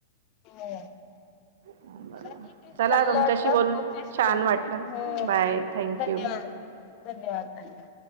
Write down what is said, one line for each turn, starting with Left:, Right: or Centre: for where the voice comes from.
Left: हो
Right: ह बरोवा
Left: चला ठीक आहे
Right: चला
Left: चांगलं
Right: तुमच्याशी
Left: वाटलं
Right: बोलून
Left: तुमच्याशी
Right: छान
Left: बोलून
Right: वाटलं
Left: हो
Right: बाय थँंक
Left: धन्यवाद
Right: यू
Left: धन्यवाद धन्यवाद